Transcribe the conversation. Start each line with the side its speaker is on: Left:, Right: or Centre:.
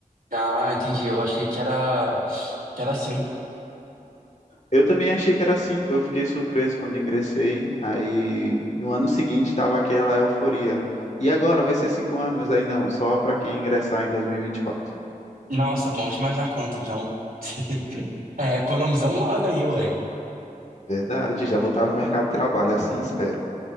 Right: Ah, entendi, eu achei que era, que era cinco.
Left: Eu também achei que era cinco, eu fiquei surpreso quando ingressei. Aí no ano seguinte estava aquela euforia. E agora vai ser cinco anos? Aí não, só para quem ingressar em 2024.
Right: Nossa, bom demais na conta, então. <laughs> É, economizou um ano aí, ué.
Left: Verdade, já vou estar no mercado de trabalho, assim espero.